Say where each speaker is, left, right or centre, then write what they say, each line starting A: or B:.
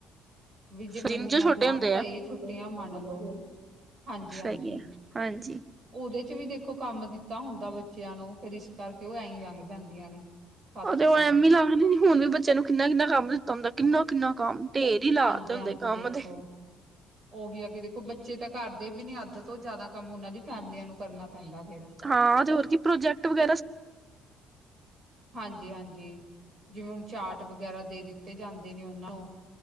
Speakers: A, on the right (about 45°); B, on the right (about 30°).
A: ਵੀ ਜੇ ਮੰਨੀਆਂ
B: ਦਿਨ ਚ ਛੋਟੇ
A: ਜਾਣ
B: ਹੁੰਦੇ
A: ਤਾਂ
B: ਆ
A: ਇਹ ਛੁੱਟੀਆਂ ਮੰਨ ਦੋ ਹਾਂਜੀ ਹਾਂਜੀ।
B: ਸਹੀ ਹੈ ਹਾਂਜੀ
A: ਉਹਦੇ ਚ ਵੀ ਦੇਖੋ ਕੰਮ ਦਿੱਤਾ ਹੁੰਦਾ ਬੱਚਿਆਂ ਨੂੰ ਫਿਰ ਇਸ ਕਰਕੇ ਉਹ ਐਂ ਲੰਘ ਜਾਂਦੀਆਂ ਨੇ। ਸੱਤ
B: ਹ
A: ਤਾਂ
B: ਐਵੇਂ ਲੱਗਦੇ ਨ ਹੁਣ ਵੀ ਬੱਚੇ ਨੂੰ ਕਿੰਨਾ ਕਿੰਨਾ ਕੰਮ ਦਿੱਤਾ ਹੁੰਦਾ ਕਿੰਨਾ ਕਿੰਨਾ ਕੰਮ ਢੇਰ ਹੀ ਲਾ
A: ਹਾਂਜੀ-ਹਾਂਜੀ
B: ਤੇ ਹੁੰਦੇ ਕੰਮ
A: ਦੇਖੋ
B: ਦੇ
A: ਉਹੀ ਆ ਕਿ ਦੇਖੋ ਬੱਚੇ ਤਾਂ ਘਰਦੇ ਵੀ ਨੀ ਅੱਧ ਤੋਂ ਜਿਆਦਾ ਕੰਮ ਉਹਨਾਂ ਦੀ ਫੈਮਲੀਆਂ ਨੂੰ ਕਰਨਾ ਪੈਂਦਾ ਫੇਰ
B: ਹਾਂ ਤੇ ਹੋਰ ਕੀ ਪ੍ਰੋਜੈਕਟ ਵਗੈਰਾ
A: ਹਾਂਜੀ ਹਾਂਜੀ ਜਿਵੇਂ ਹੁਣ ਚਾਟ ਵਗੈਰਾ ਦੇ ਦਿੱਤੇ ਜਾਂਦੇ ਨੇ ਉਹਨਾਂ ਨੂੰ